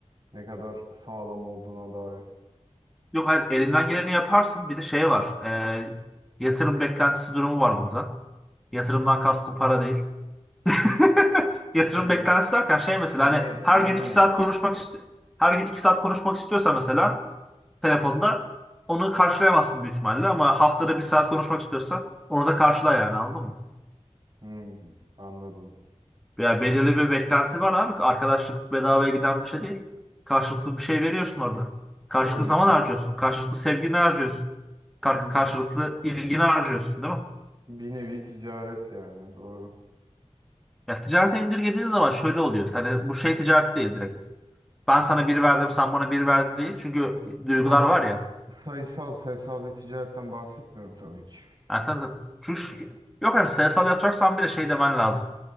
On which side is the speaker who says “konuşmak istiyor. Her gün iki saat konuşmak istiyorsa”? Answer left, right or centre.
Centre